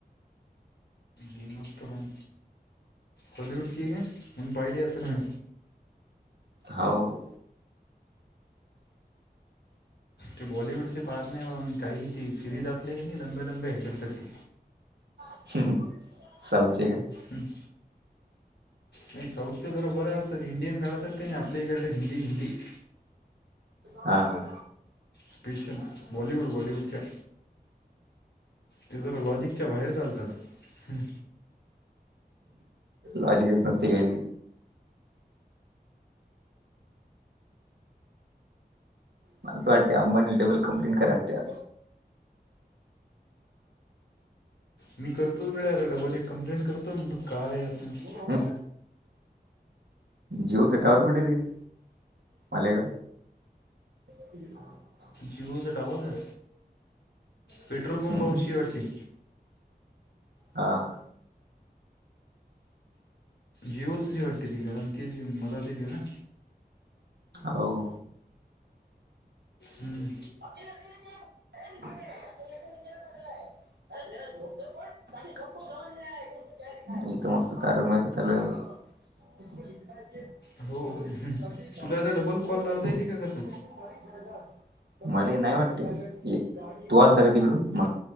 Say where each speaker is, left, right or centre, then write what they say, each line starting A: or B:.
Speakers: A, on the left (about 85°); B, on the right (about 85°).
A: गेमतरन हॉलीवुड ची <unintelligible> काय मग पाहिली असाल.
B: हाऊ..
A: ते बॉलिवूडचे पार नाही बा मी काही ते सिरीज असले की नाही लंब्या लंब्या हे करतात
B: अच्छा साऊथ चे काय?
A: हम.. नाही साऊथचे जरा बरे असतात इंडियन काढतात ते नाही आपल्या इकड हिंदी हिंदी <inaudible>
B: हं
A: स्पेशल बॉलिवूड व्हालिवूडच्या ते जरा लॉजिकच्या बाहेर चालतात ना
B: लाॉजिकच नसते काय मले तर वाटते अंबानी डबल कम्प्लीट करा त्या
A: मी करतो तकडे आता डबल एक कम्प्लेंट करतोय म्हण तो काय आहे असं
B: हम्म.. जिओ चा टॉवर कुठे रहील मले का <inaudible>
A: जिवोचा टावर का? पेट्रोल पंपाबशी
B: हम्म
A: आहे वाटतील
B: हं..
A: जियो आहेत वाटते ती कारण ती मदत येते ना
B: होऊ
A: हम...
B: <inaudible> <inaudible> इथ मस्त कार्यक्रम चालू झालं.. <inaudible>
A: हो
B: <inaudible>
A: तुला आता डबल कॉल लावता येते का कसं?
B: मले नाय वाटते तुम्हाला येतंय का तिकडून -